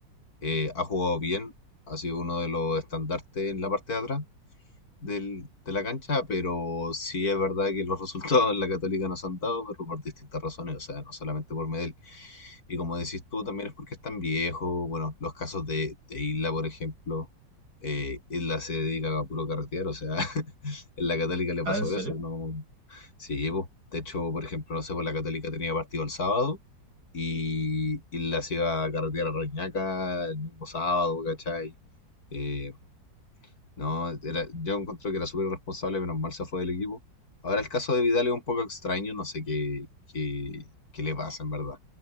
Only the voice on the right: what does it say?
Ah,
¿en serio?